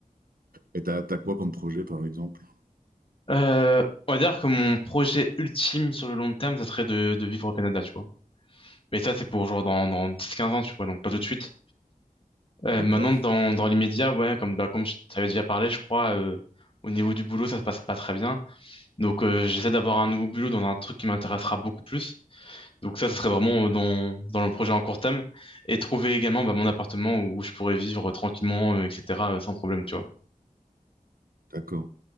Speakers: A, on the right; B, on the left.
A: et t'as, t'as quoi comme projet, par exemple?
B: Euh, on va dire que mon projet ultime sur le long terme, ça serait de, de vivre au Canada, tu vois. Mais ça, c'est pour genre dans, dans dix quinze ans, tu vois, donc pas tout de suite. Euh,
A: D'accord?
B: maintenant, dans, dans l'immédiat, ouais, comme, bah, comme je t'avais déjà parlé, je crois, euh, au niveau du boulot, ça se passe pas très bien. Donc euh, j'essaie d'avoir un nouveau boulot dans un truc qui m'intéressera beaucoup plus. Donc ça, ça serait vraiment euh, dans, dans le projet en court terme. Et trouver également bah, mon appartement où je pourrais vivre tranquillement, euh, etc., euh, sans problème, tu vois.
A: D'accord.